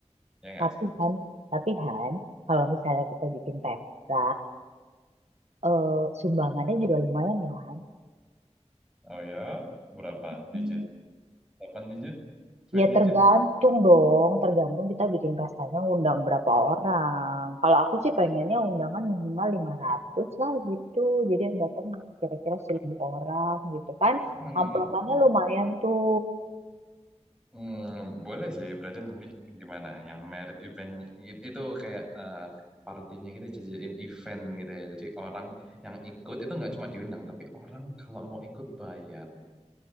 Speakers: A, in the centre; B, on the right (about 65°).
A: ya nggak
B: Tapi
A: sih?
B: kan, tapi Han, kalau misalnya kita bikin pesta, eh, sumbangannya juga lumayan loh Han.
A: Oh ya, berapa digit?
B: Hmm,
A: delapan digit? sembilan
B: Ya
A: digit?
B: tergantung dong, tergantung kita bikin pestanya undang berapa orang. Kalau aku sih pengennya undangan minimal 500 lah gitu. Jadi yang datang kira-kira 1000 orang gitu kan.
A: Hmm.
B: Amplopannya
A: Hmm.
B: lumayan tuh.
A: Hmm, boleh sih, berarti nanti gimana? Yang merit event gitu, itu kayak eh, partinya kita jadiin event gitu ya. Jadi orang yang ikut itu nggak cuma diundang, tapi orang kalau mau ikut bayar. Gitu.